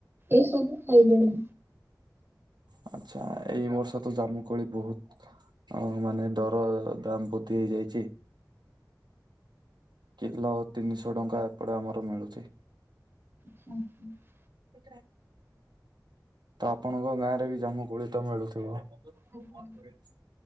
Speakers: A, on the right; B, on the right.
A: ଏଇସବୁ ଖାଇଲେ-
B: ଆଚ୍ଛା ଏଇ ବର୍ଷ ତ ଜାମୁମୋଳି ବହୁତ। ହଁ ମାନେ ଦର ଦାମ ବୃଦ୍ଧି ହେଇଯାଇଛି। କିଲୋ ତିନିଶହ ଟଙ୍କା ଏପଟେ ଆମର ମିଳୁଛି।
A: <inaudible>
B: ହଁ ତ ଆପଣଙ୍କ ଗାଁରେ ବି ଜାମୁକୋଳି ତ ମିଳୁଥିବ। ଖୁବ
A: ଆଜ୍ଞା
B: ମନେ ପଡୁଛି।